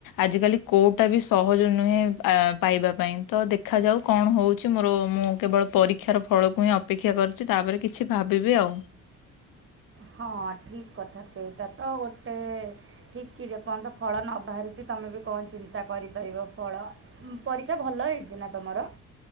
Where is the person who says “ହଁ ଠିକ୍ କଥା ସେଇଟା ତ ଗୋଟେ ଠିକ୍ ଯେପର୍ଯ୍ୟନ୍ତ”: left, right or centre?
Right